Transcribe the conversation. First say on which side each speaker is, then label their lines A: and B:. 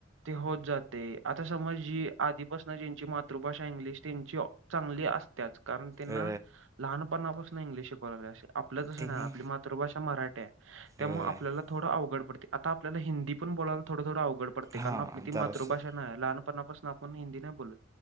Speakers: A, on the right; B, on the right.
A: ते होत जाते. आता समज जी आधीपास- -सन ज्यांची मातृभाषा इंग्लिश, त्यांची चांगली असतेयाच कारण त्यांना-
B: अ
A: लहानपणापासून इंग्लिश शिकवला लागली. आपलं तसं
B: त्यांनी
A: नाही आपली मातृभाषा मराठी आहे. त्यामुळ
B: अ
A: आपल्याला- थोडं अवघड पडते. आता आपल्याला हिंदी पण बोलायला थोडंथोडं अवघड पडते. कारण
B: हां
A: आपली ती
B: जरासं
A: मातृभाषा नाही ए. लहान- -पणा पासून आपण हिंदी नाही बोलत.